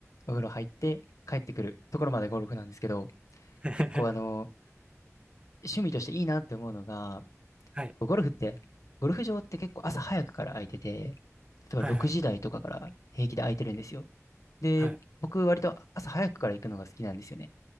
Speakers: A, on the left (about 80°); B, on the right (about 20°).
A: お風呂入って帰ってくるところまでゴルフなんですけど、
B: <laughs>
A: 結構あの、趣味としていいなって思うのが、
B: はい。
A: こうゴルフって、ゴルフ場って結構朝早くから空いてて、例えば6時台とかから平気で空いてるんですよ。
B: はいはい。
A: で、
B: はい。
A: 僕割と朝早くから行くのが好きなんですよね。